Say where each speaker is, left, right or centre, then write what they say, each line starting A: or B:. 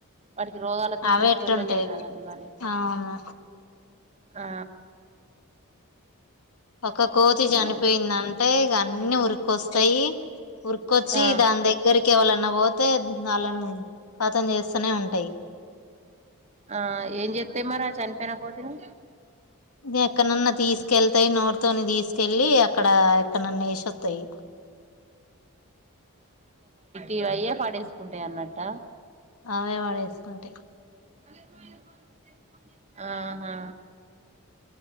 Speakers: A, on the right; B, on the left.
A: వాటికి రోగాలు ఎత్తే
B: అవే
A: సూసేటోల్లే
B: ఎట్టుంటాయి
A: లేరు కదండి మరి
B: అవును
A: ఆ
B: ఒక కోతి చనిపోయింది
A: ఆ
B: అంటే ఇగా అన్నీ ఉరుకొస్తాయి ఉరికొచ్చి
A: ఆ
B: దాని దగ్గరికి ఎవాలన్నా పో తే వాళ్లను కతం చేస్తూనే ఉంటాయి
A: ఆ ఏం చేత మరి ఆ చనిపోయిన కోతిని
B: ఎక్కడన్నా తీసుకెళ్తాయి నోట్తోని తీసుకెళ్ళి అక్కడ ఎక్కనన్నా వేసేస్తాయి
A: ఇ అయ్య పాడేసుకుంటాయి అన్నట
B: అవే పడేస్తుంటాయి
A: మల్లేష్ మామ ఇయర్ ఫోన్స్ ఇచ్చేయ్ ఆహా